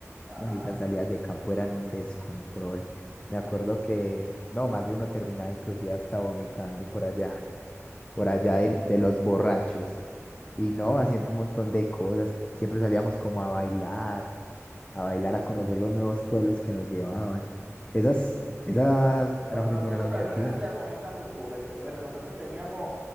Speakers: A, on the right; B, on the left.
A: Ajá,
B: No, y esas salidas de campo eran un descontrol. Me acuerdo que, no, más de uno terminaba inclusive hasta vomitando por allá, por allá de, de los borrachos. Y no,
A: sí,
B: haciendo un montón de cosas. Siempre salíamos como a bailar, a bailar, a conocer los nuevos pueblos que nos llevaban. Esas,
A: sí. no-
B: esa
A: Nosotros,
B: era muy
A: nosotros
B: buena la universidad.
A: también hacíamos esas locuras, ¿viste? Bueno, nosotros teníamos